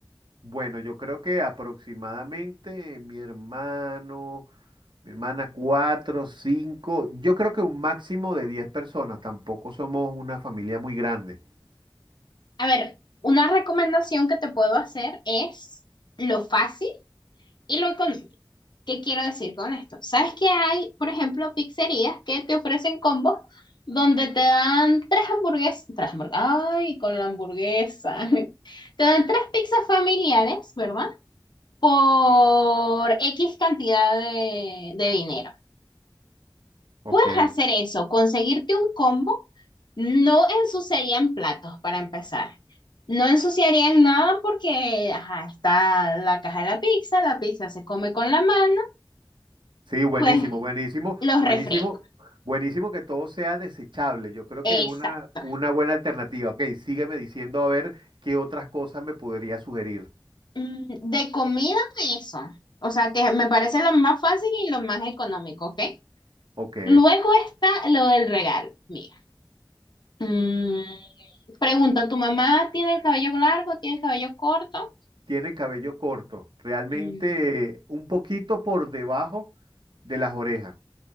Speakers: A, on the right; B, on the left.
A: Bueno, yo creo que aproximadamente mi hermano, mi hermana, cuatro, cinco, yo creo que un máximo de diez personas. Tampoco somos una familia muy grande.
B: A ver, una recomendación que te puedo hacer es lo fácil y lo económico. ¿Qué quiero decir con esto? ¿Sabes que hay, por ejemplo, pizzerías que te ofrecen combos donde te dan tres hamburguesas, tres hamburguesas, ay, con la hamburguesa, <laughs> te dan tres pizzas familiares, ¿verdad? Por X cantidad de, de dinero.
A: Ok.
B: Puedes hacer eso, conseguirte un combo, no ensuciarían platos para empezar. No ensuciarían nada porque, ajá, está la caja de la pizza, la pizza se come con la mano,
A: Sí, buenísimo,
B: pues
A: buenísimo,
B: los
A: buenísimo,
B: refrescos.
A: buenísimo que todo sea desechable. Yo creo
B: Exacto.
A: que es una, una buena alternativa. Ok, sígueme diciendo a ver qué otras cosas me podría sugerir.
B: Mm, De comida, eso. O sea, que me parece lo más fácil y lo más económico, ¿ok?
A: Ok.
B: Luego está lo del regalo. Mira. Mm, pregunta, ¿tu mamá tiene el cabello largo? ¿Tiene el cabello corto?
A: Tiene cabello corto, realmente
B: Mm,
A: un poquito por debajo de las orejas.